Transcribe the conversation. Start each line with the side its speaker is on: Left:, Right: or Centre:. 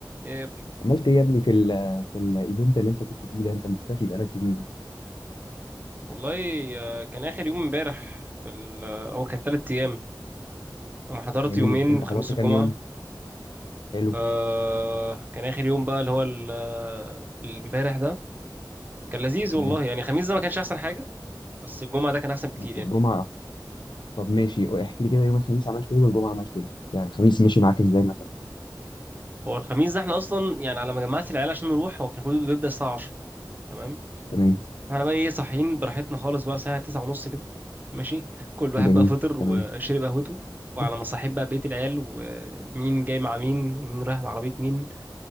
Right: ايه يا ابني
Left: عملت ايه يا ابني في ال في الايفنت اللي انت كنت فيه ده انت مختفي بقالك يومين
Right: والله آه، كان اخر يوم امبارح في ال... آه، هو كان تلات ايام انا حضرت
Left: جميل
Right: يومين
Left: انت
Right: الخميس
Left: حضرت كام
Right: والجمعه
Left: يوم حلو
Right: آه كان اخر يوم بقى اللي هو ال- آه، الامبارح ده كان لذيذ
Left: تمام
Right: والله يعني الخميس ده ما كانش احسن حاجه بس الجمعه ده كان احسن بكتير
Left: بس
Right: يعني
Left: الجمعة طب ماشي احكي لي كده يوم الخميس عملت ايه والجمعة عملت ايه يعني الخميس مشي معاك ازاي مثلا
Right: هو الخميس ده احنا اصلا يعني على ما جمعت العيال عشان نروح هو كان المفروض بيبدا الساعه 10 تمام
Left: تمام
Right: احنا بقى ايه صاحيين براحتنا خالص بقى الساعه 9 ونص كده ماشي <laughs> كل واحد
Left: جميل
Right: بقى فطر
Left: تمام
Right: وشرب قهوته وعلى ما
Left: <laughs>
Right: صاحب بقى بيت العيال ومين جاي مع مين ومين رايح بعربيه مين